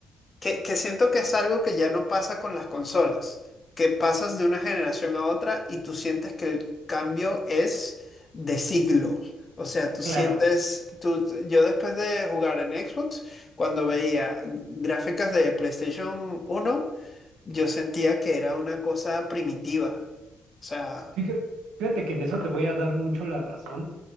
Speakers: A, on the left; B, on the right.
A: que, que siento que es algo que ya no pasa con las consolas, que pasas de una generación a otra y tú sientes que el cambio es de siglo. O sea, tú
B: Claro.
A: sientes, tú, yo después de jugar en Xbox, cuando veía gráficas de PlayStation uno yo sentía que era una cosa primitiva. O sea,
B: Fíjate, fíjate que en eso te voy a dar mucho la razón.